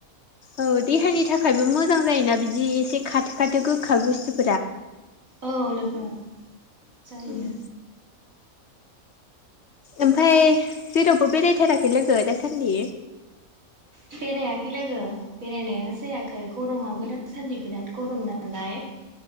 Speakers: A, on the left (about 55°); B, on the right (about 70°).
A: औ देहानि थाखायबो मोजां जायोना बिदि एसे खाथो खाथो गोखा बुस्थु
B: औ लोगो जायो
A: उम ओमफाय जेरावबो बेरायथाराखै लोगो दासान्दि
B: बेरायाखै लोगो बेरायनायानो जायाखै गरमाबो दा सान्दि बिराद गरम नालाय